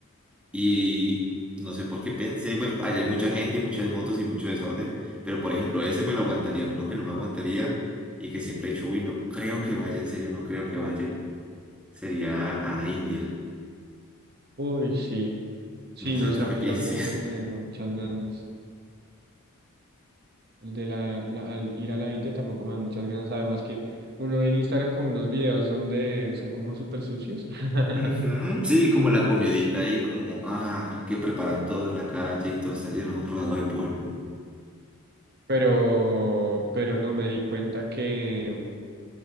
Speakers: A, in the centre; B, on the right (about 50°).
A: y no sé por qué pensé, bueno, allá hay mucha gente, muchas motos y mucho desorden, pero por ejemplo, ese me lo aguantaría, uno que no me aguantaría y que siempre he dicho, uy, no creo que vaya, en serio, no creo que vaya, sería a India.
B: Uy, sí. Sí,
A: No sé
B: no
A: tú
B: sé,
A: qué
B: a mí
A: <laughs> pienses.
B: tampoco me da muchas ganas. El de la, la- al ir a la India tampoco me da muchas ganas. Además que uno ve en Instagram como unos videos donde son como súper sucios. <laughs>
A: Ujú, Sí, como la comidita ahí, como, ah, que preparan todo en la calle y todo está lleno, rodeado de polvo.
B: pero, pero no me di cuenta que,